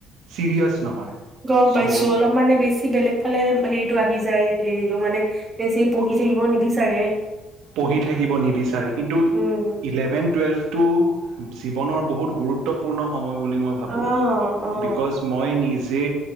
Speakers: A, on the right; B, on the right.
A: চিৰিয়াছ নহয়।
B: গম পাইছো
A: চ'
B: অলপ মানে বেছি বেছি বেলেগ ফালে হেৰিটো আহি যায় হেৰিটো মানে বেছি পঢ়ি থাকিব নিবিচাৰে।
A: পঢ়ি থাকিব নিবিচাৰে কিন্তু
B: উম
A: ইলেভেন টুৱেল্ভ জীৱনৰ বহুত গুৰুত্বপূৰ্ণ সময়। বুলি মই ভাবো
B: অ', অ',
A: বেকজ মই নিজে যে